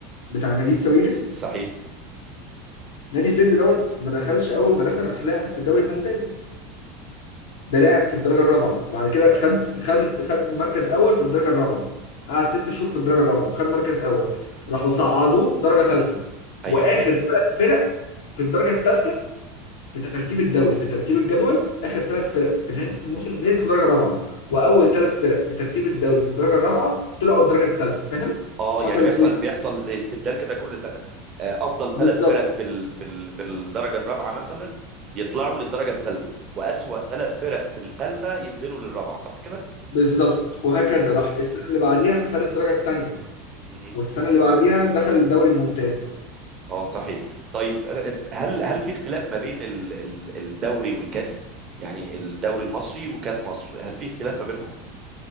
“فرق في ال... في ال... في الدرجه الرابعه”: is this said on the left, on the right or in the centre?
Right